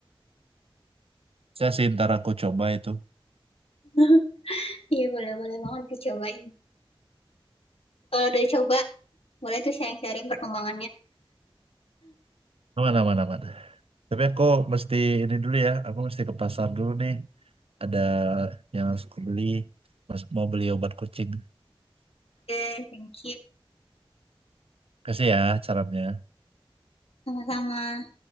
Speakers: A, on the right (about 80°); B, on the left (about 85°).
A: Saya sih ntar aku coba itu.
B: <laughs> iya boleh boleh banget dicobain kalau udah coba boleh tuh sharing-sharing perkembangannya
A: Aman, aman, aman. Tapi aku mesti ini dulu ya, aku mesti ke pasar dulu nih. Ada yang harus aku beli, Mas- mau beli obat kucing.
B: oke thank you
A: Kasih ya caranya.
B: sama-sama